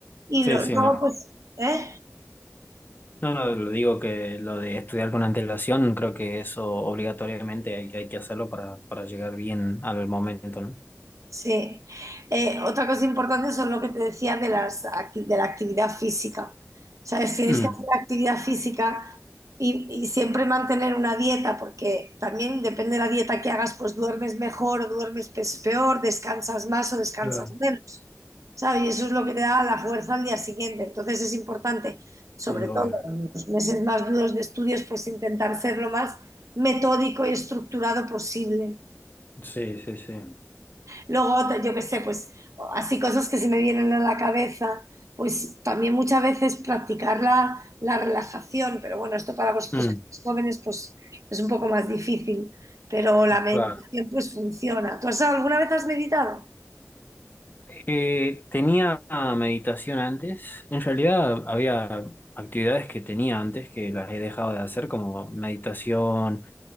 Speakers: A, on the right (about 75°); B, on the left (about 35°).
A: Y
B: sí,
A: lo-
B: sí,
A: luego,
B: no.
A: pues, ¿eh?
B: No, no, lo digo que lo de estudiar con antelación, creo que eso obligatoriamente hay, que- hay que hacerlo para, para llegar bien al momento, ¿no?
A: Sí. Eh, otra cosa importante son lo que te decía de las, acti- de la actividad física. ¿Sabes? Tienes
B: Mm.
A: que hacer actividad física y, y siempre mantener una dieta, porque también depende de la dieta que hagas, pues duermes mejor o duermes pe- peor, descansas más o descansas
B: Claro.
A: menos. ¿Sabes? Y eso es lo que te da la fuerza al día siguiente. Entonces es importante, sobre
B: Sí, obvio.
A: todo en los meses más duros de estudios, pues intentar ser lo más metódico y estructurado posible.
B: Sí, sí, sí.
A: Luego, otra- yo qué sé, pues así cosas que se me vienen a la cabeza, pues también muchas veces practicar la, la relajación, pero bueno, esto para vosotros
B: Mm,
A: que sois jóvenes pues es un poco más difícil, pero la meditación
B: claro.
A: pues funciona. ¿Tú has, alguna vez has meditado?
B: Eh, tenía meditación antes. En realidad había actividades que tenía antes que las he dejado de hacer, como meditación,